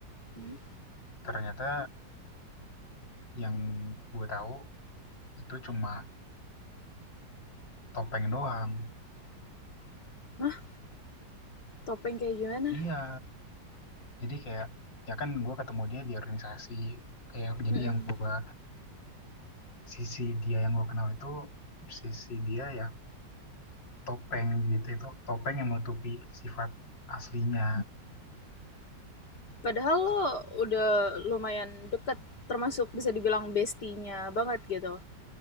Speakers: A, on the left; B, on the left.
A: Hmm?
B: ternyata yang gue tahu itu cuma topeng doang
A: Hah? Topeng kayak gimana?
B: iya jadi kayak ya kan gue ketemu dia di organisasi kayak jadi
A: Hmm, hmm.
B: yang gue sisi dia yang gue kenal itu sisi dia yang topeng gitu itu topeng yang menutupi sifat aslinya
A: Padahal lo udah lumayan deket, termasuk bisa dibilang bestinya banget gitu.